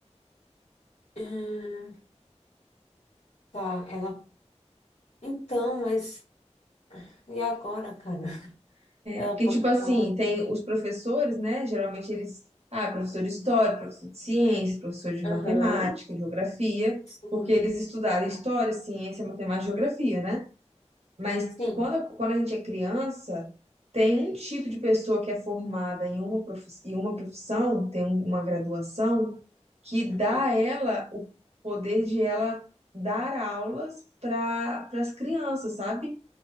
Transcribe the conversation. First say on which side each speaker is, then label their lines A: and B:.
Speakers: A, on the left; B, on the right.
A: Hum, tá, ela. Então, mas e agora, cara? Ela
B: Porque,
A: pode
B: tipo assim,
A: dar. um,
B: tem os professores, né? Geralmente eles. Ah, professor de história, professor de ciência, professor de
A: Aham.
B: matemática, geografia,
A: Sim.
B: porque eles estudaram história, ciência, matemática geografia, né? Mas
A: Sim.
B: quando, quando a gente é criança, tem um tipo de pessoa que é formada em uma profissão, em uma profissão, tem uma graduação, que
A: Uhum.
B: dá a ela o poder de ela dar aulas para as crianças, sabe?